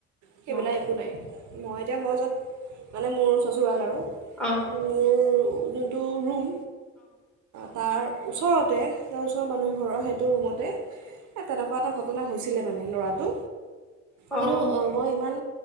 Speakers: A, on the right; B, in the centre.
A: সেইবিলাক
B: অ
A: একো নাই। মই এতিয়া মই যত মানে মোৰ চচুৰৰাল আৰু।
B: অহ
A: মোৰ যোনটো ৰুম তাৰ ওচৰতে বা ওচৰৰ মানুহ ঘৰৰ সেইটো ৰুমতে। এই তেনেকুৱা এটা ঘটনা হৈছিলে মানে ল'ৰাটো।
B: অ
A: কিন্তু মই ইমান